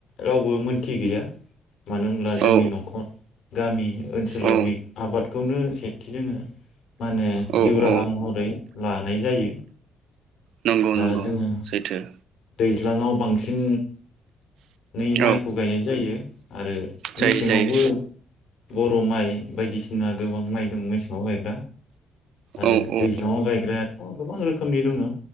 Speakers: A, on the left; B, on the right.
A: रावबो मोनथि गैया मानो होनब्ला जोंनि
B: औ
A: न'खर गामि ओनसोलाव
B: औ
A: बे आबाद खौनो सेथि जोङो माने
B: औ
A: जिउ राहा
B: औ
A: महरै लानाय जायो
B: नंगौ
A: दा
B: नंगौ
A: जोङो
B: सैथो।
A: दैज्लाङाव बांसिन नै माइखौ
B: औ
A: गायनाय जायो आरो
B: जायो
A: मेसेंआवबो
B: जायो
A: बर' माइ बायदिसि जोंना गोबां माइ दं मेसेङाव गायग्रा। आरो
B: औ औ
A: दैज्लांआव गायग्रायाथ' गोबां रोख रोखोमनि दोङो